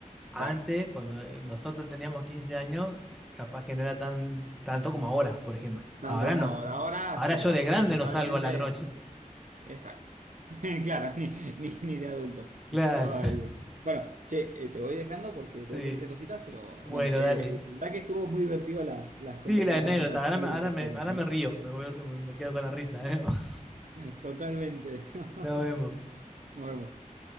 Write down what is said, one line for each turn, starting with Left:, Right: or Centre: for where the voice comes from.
Right: Exacto.
Centre: Antes, cuando eh, nosotros teníamos 15 años, capaz que no era tan tanto como ahora, por ejemplo.
Right: Tanto
Centre: Ahora
Right: como
Centre: nos,
Right: ahora, ahora,
Centre: ahora
Right: se
Centre: yo
Right: la-
Centre: de grande
Right: lamentablemente...
Centre: no salgo a la noche.
Right: Exacto. <laughs> Claro, ni, ni, ni de adulto.
Centre: Claro,
Right: Ay, Dios. Bueno, che, eh, te voy dejando porque
Centre: <laughs>
Right: tengo
Centre: sí.
Right: que ir a hacer cositas, pero
Centre: Bueno,
Right: bueno, eh,
Centre: dale.
Right: la verdad que estuvo muy divertido la, las conver-
Centre: Sí, la
Right: la
Centre: anécdota.
Right: conversación
Centre: Ahora me,
Right: de
Centre: ahora
Right: las historias,
Centre: me, ahora
Right: ¿eh?
Centre: me río, me voy, me quedo con la risa. <laughs>
Right: <laughs> Totalmente. <laughs>
Centre: Nos vemos.
Right: Nos vemos.